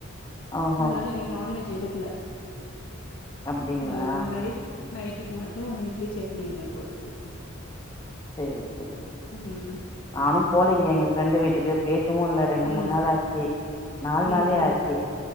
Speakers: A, on the left; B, on the left.
A: ஓஹோ
B: அதனால இனிக் நான்வெஜ் எடுக் கில்ல
A: அப்டிங்களா
B: மை நை நைட்டுக்கு மட்டு இட்லி சட்னி எனா போட்டுக்வோ
A: சேரி சேரி
B: உம்
A: நானும் போலிங்க எங்க ஃப்ரெண்டு வீட் டுக்கு பேச தவு ல்ல ரெண்டு
B: ம்
A: மூண் நாள் ஆச்சி நால் நாளே
B: ம் ம்
A: ஆச்சி